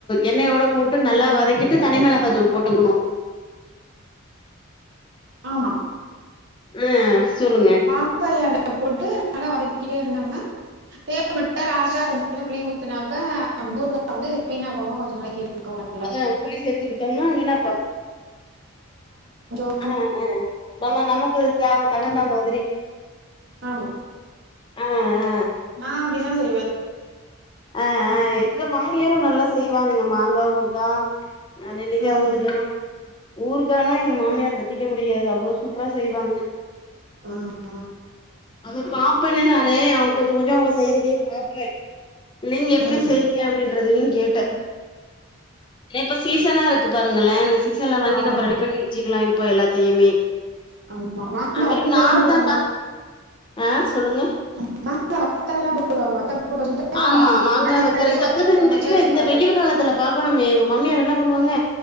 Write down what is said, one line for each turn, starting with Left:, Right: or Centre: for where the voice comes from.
Left: எண்ணெயோட போட்டு நல்லா வதக்கிட்டு தனி மெளகா தூள் போட்டுக்கணு
Right: ஆமா
Left: அ சொல்லுங்க
Right: <unintelligible> போட்டு நல்லா வதக்கிட்டே இருந்தொம்னா தேவப்பட்டா லாஸ்டா கொஞ்சொ புளி ஊத்துனாக்க ஊறுகா வந்து வீணா போகாம கொஞ்சொ நாளக்கி இருக்
Left: அத புளி சேர்த்துக்கிட்டோம்னா வீணா
Right: <inaudible>
Left: அ அ நம்ம நமக்கு தேவ தகுந்தா மாதிரி
Right: ஆமா
Left: ஆ ஆ
Right: நா அப்டிதா செய்வே
Left: அ அ எங்க மாமியாரு நல்லா செய்வாங்க மாங்கா ஊர்கா அ நெல்லிகா
Right: ம்.
Left: ஊறுகாலா ஊறுகான்னா எங்க மாமியார் த செய்ய முடியாது அவ்ளோ சூப்பரா செய்வாங்க
Right: ஆ ஆ
Left: அத பாப்பென்னெ நானு அவுங் கொஞ்சொ கொஞ்சொ அவுங்க செய்றதையு பாப்பே நீங்க எப்டி
Right: ம்.
Left: செய்றிங்க அப்டின்றதையு கேட்டே தே இப்ப சீசனா இருக்கு பாருங்களே இந்த சீசன்ல வாங்கி
Right: ஆமா
Left: நம்ம ரெடி பண்ணி வச்சுகலா இப்போ எல்லாத்தையுமே
Right: ஆமா மாங்காய்
Left: அது மாரி
Right: வத்தெல்லாம்
Left: நார்
Right: போடுவாங்க
Left: தா தா ஆ சொல்லுங்க
Right: <inaudible> வத்தல்லா போடுவாங்க வத்தல் போட்டு வச்சுகிட்டு
Left: ஆமா மாங்கா
Right: மழ
Left: வத்தல்
Right: நேரத்துக்கு
Left: இத
Right: வத்த
Left: பத்தி
Right: கொழம்பு வச்சா
Left: இல்ல
Right: சூப்பரா
Left: இந்த வெயில்
Right: இருக்கு
Left: காலத்துல பாக்கணுமே எங்க மாமியார் என்ன பண்ணுவாங்க